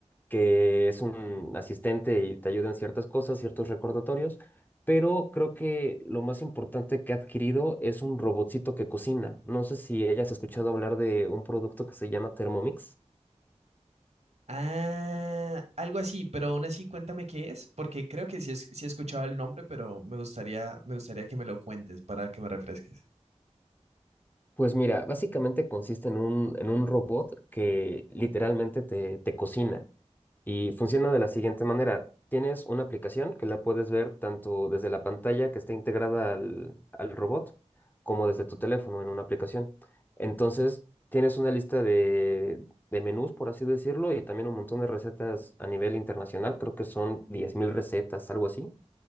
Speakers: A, on the left; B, on the right.
A: que es un asistente y te ayuda en ciertas cosas, ciertos recordatorios, pero creo que lo más importante que ha adquirido es un robotcito que cocina. No sé si hayas escuchado hablar de un producto que se llama Thermomix.
B: Ah, algo así, pero aún así cuéntame qué es, porque creo que sí, es- sí he escuchado el nombre, pero me gustaría, me gustaría que me lo cuentes para que me refresques.
A: Pues mira, básicamente consiste en un, en un robot que literalmente te, te cocina. Y funciona de la siguiente manera. Tienes una aplicación que la puedes ver tanto desde la pantalla que está integrada al, al robot como desde tu teléfono en una aplicación. Entonces, tienes una lista de, de menús, por así decirlo, y también un montón de recetas a nivel internacional. Creo que son 10.000 recetas, algo así.